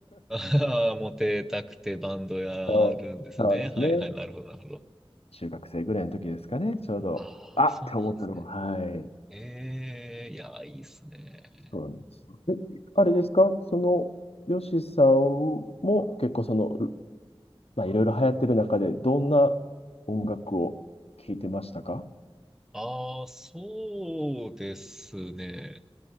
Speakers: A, in the centre; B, on the left.
A: ああー、<laughs> モテたくてバンドやるんですね。
B: そう、そうですね。
A: はいはい、なるほど、なるほど。
B: 中学生ぐらいの時ですかね、ちょうど、
A: ああ、
B: あって思ったのも、
A: そうなんですね。
B: はい。
A: ええいや、いいっすね。
B: そうなんですよ。え、あれですか、その、ヨシさんも結構その、まあ、いろいろ流行ってる中で、どんな音楽を聴いてましたか
A: ああ、そうですね。